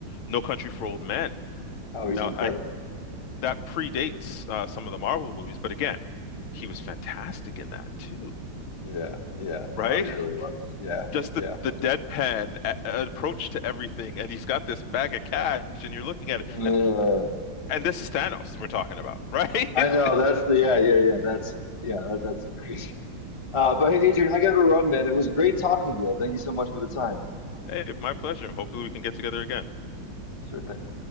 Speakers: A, on the left; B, on the left.
A: No Country for Old Men.
B: Oh, he's
A: Now,
B: incredible.
A: I that predates uh, some of the Marvel movies, but again, he was fantastic in that too,
B: Yeah. Yeah.
A: right?
B: No, he really was. Yeah.
A: <laughs> Just
B: Yeah.
A: the the deadpan a approach to everything, and he's got this bag of cash, and you're looking at it,
B: Yeah.
A: and he, and this is Thanos we're talking about, right?
B: I know
A: <laughs>
B: that's the yeah yeah yeah that's yeah that, that's the crazy. <laughs> Uh, but hey, Adrian, I got to run, man. It was great talking with you. Thank you so much for the time.
A: Hey, my pleasure. Hopefully, we can get together again.
B: Sure thing.